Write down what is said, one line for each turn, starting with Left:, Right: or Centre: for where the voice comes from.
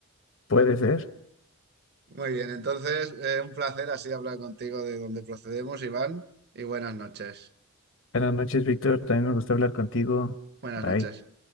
Left: Puede ser.
Right: Muy bien, entonces eh, un placer así hablar contigo de dónde procedemos, Iván, y buenas noches.
Left: Buenas noches, Víctor. También me gusta hablar contigo.
Right: Buenas
Left: Bye.
Right: noches.